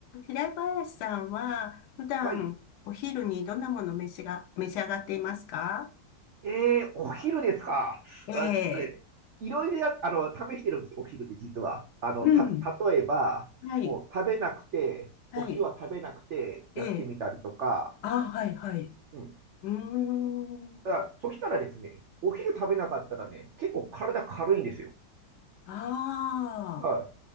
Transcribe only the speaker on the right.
はい。
えー、お昼ですか。
あ、ちょっとね、いろいろや、あの、試してるんですよ、お昼って実は。あの、
た、例えば、
もう食べなくて、
お昼は食べなくてやってみたりとか、
うん。
ただ、そしたらですね、お昼食べなかったらね、結構体軽いんですよ。
はい。